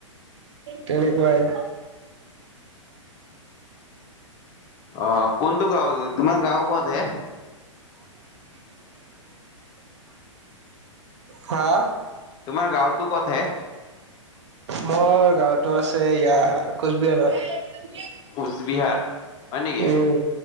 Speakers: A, on the right (about 60°); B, on the left (about 25°).
A: তেনেকুৱাই
B: অ কোনটো গাঁও তোমাৰ গাঁও ক'ত হে
A: হা
B: তোমাৰ গাঁৱতো ক'ত হে
A: মোৰ গাঁওতো আছে ইয়া কোচবিহাৰত
B: কোচ বিহাৰ হয় নেকি
A: উম